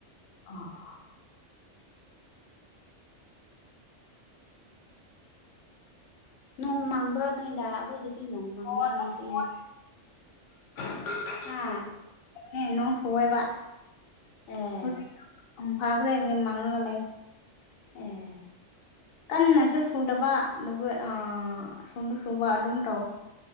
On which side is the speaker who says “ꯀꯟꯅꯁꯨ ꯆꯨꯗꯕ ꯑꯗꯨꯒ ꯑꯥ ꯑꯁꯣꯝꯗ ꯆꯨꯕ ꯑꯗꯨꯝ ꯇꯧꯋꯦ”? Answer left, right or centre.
Left